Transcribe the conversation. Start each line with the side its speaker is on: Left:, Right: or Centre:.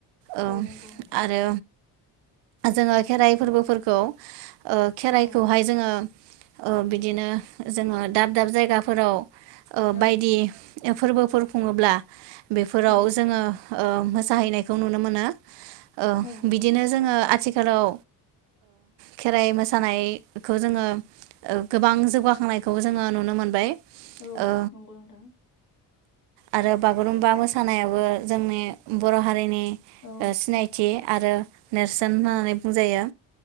Right: औ
Left: नंगौ नोंथां
Right: आरो जोङो खेराइ फोरबोफोरखौ ओ खेराइखौहाय
Left: औ
Right: जोङो बिदिनो जोङो दाब दाब जायगाफोराव ओ
Left: औ
Right: बायदि फोरबोफोर खुङोब्ला बेफोराव
Left: औ
Right: जोङो ओ मोसाहैनायखौ नुनो मोनो। औ
Left: औ नंगौ
Right: बिदिनो जोङो आथि खालाव खेराइ ओ मोसानायखौ जोङो ओ गोबां जौगाखांनायखौ जोङो नुनो मोनबाय।
Left: औ
Right: ओ
Left: नंगौ नोंथां।
Right: आरो बागुरुमबा मोसानायाबो जोंनि बर' हारिनि
Left: औ
Right: ओ सिनायथि आरो नेरसोन होननानै
Left: औ
Right: बुंजायो।